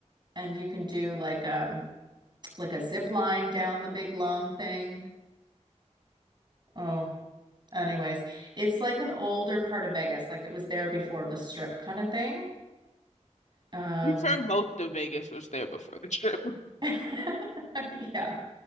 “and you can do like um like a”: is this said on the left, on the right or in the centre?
Right